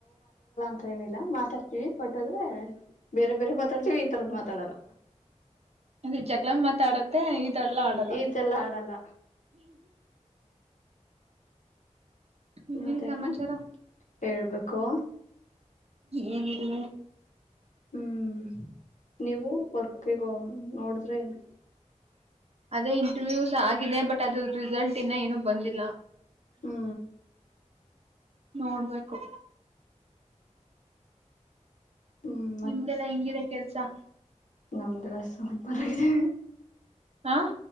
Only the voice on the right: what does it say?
ಅದೇ ಜಕ್ಲಂಗ ಮಾತಾಡತ್ತೆ ಇದಲ್ಲ ಆಡಲ್ಲ
ಹನ್ನ
ಸಮಮಾಚಾರ
ಏನಿದ
ಅದೇ ಇಂಟರ್ವ್ಯೂಸ್ ಆಗಿದೆ ಬಟ್ ಅದ್ರ ರಿಸಲ್ಟ್ ಇನ್ನ ಏನುೂ ಬಂದಿಲ್ಲ
ನೋಡ್ಬೇಕು
ನಿಮ್ದಲ್ಲಾ ಹೆಂಗಿದೆ ಕೆಲ್ಸ
ಹಾ